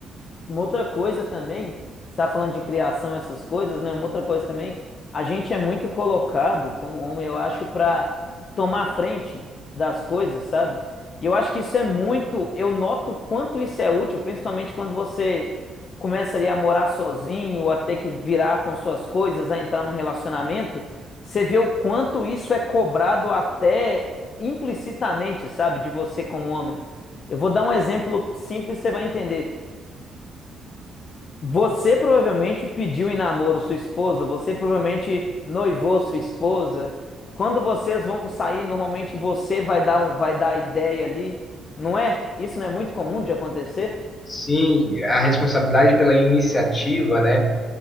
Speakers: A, on the left (about 50°); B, on the left (about 30°).
A: Uma outra coisa também, você está falando de criação, essas coisas, né? Uma outra coisa também, a gente é muito colocado como homem, eu acho, para tomar frente das coisas, sabe? E eu acho que isso é muito, eu noto o quanto isso é útil, principalmente quando você começa ali a morar sozinho, a ter que virar com suas coisas, a entrar num relacionamento, você vê o quanto isso é cobrado até implicitamente, sabe, de você como homem. Eu vou dar um exemplo simples, você vai entender. Você provavelmente pediu em namoro sua esposa, você provavelmente noivou sua esposa. Quando vocês vão sair, normalmente você vai dar um, vai dar a ideia ali, não é? Isso não é muito comum de acontecer?
B: Sim, a responsabilidade pela iniciativa, né?